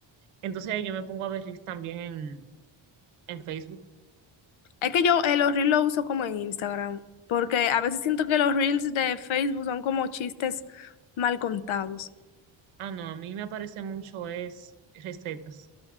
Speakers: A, on the right; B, on the left.
A: Entonces ahí yo me pongo a ver Reels también en, en Facebook
B: Es que yo eh, los Reels los uso como en Instagram, porque a veces siento que los Reels de Facebook son como chistes mal contados.
A: Ah, no, a mí me aparece mucho es recetas